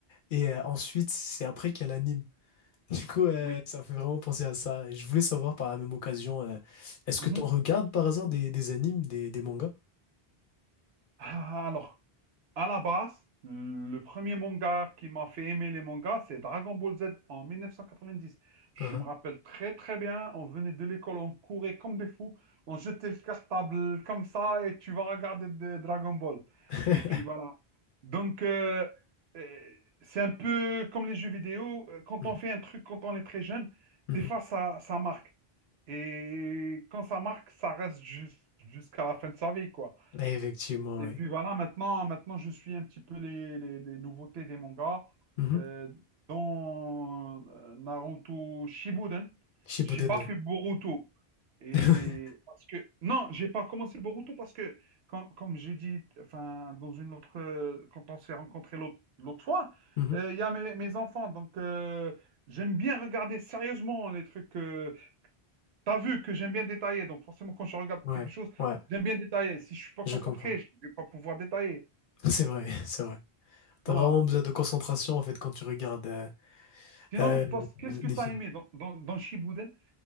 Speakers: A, on the left (about 60°); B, on the right (about 80°).
A: et euh, ensuite, c'est après qu'il y a l'anime. <laughs> Du coup, euh,
B: oui.
A: ça me fait vraiment penser à ça. Et je voulais savoir par la même occasion, euh, est-ce
B: Mhm.
A: que tu en regardes par hasard des, des animes, des, des mangas?
B: Ah, Alors, À la base, le premier manga qui m'a fait aimer les mangas, c'est Dragon Ball Z en 1990. Je
A: Uhum.
B: me rappelle très très bien, on venait de l'école, on courait comme des fous, on jetait le cartable comme ça et tu vas regarder de- Dragon Ball.
A: <laughs>
B: Et puis voilà. Donc, euh, euh, c'est un peu comme les jeux vidéo, euh, quand
A: Mhm.
B: on fait un truc quand on est très jeune,
A: Mhm.
B: des fois ça, ça marque. Et quand ça marque, ça reste jus- jusqu'à la fin de sa vie, quoi.
A: Effectivement,
B: Et
A: oui.
B: puis voilà, maintenant, maintenant je suis un petit peu les, les- les nouveautés des mangas.
A: Mhm.
B: Euh, dans euh, Naruto Shippuden,
A: Shippuden,
B: j'ai pas
A: ouais.
B: fait Boruto. Et
A: <laughs>
B: parce que non, j'ai pas commencé Boruto parce que quand- comme j'ai dit, enfin dans une autre, euh, quand on s'est rencontrés l'autre l'autre fois,
A: Mhm.
B: euh, il y a mes, mes enfants, donc euh, j'aime bien regarder sérieusement les trucs. Euh, T'as vu que j'aime bien détailler, donc forcément quand je regarde
A: Ouais,
B: quelque chose,
A: ouais,
B: j'aime bien détailler. Si je suis pas
A: je
B: concentré,
A: comprends.
B: je vais pas pouvoir détailler.
A: <laughs> C'est vrai, c'est vrai. T'as
B: Voilà.
A: vraiment besoin de concentration en fait quand tu regardes euh,
B: Sinon,
A: euh,
B: Post,
A: des
B: qu'est-ce que t'as
A: films.
B: aimé dans, dans, dans Shippuden?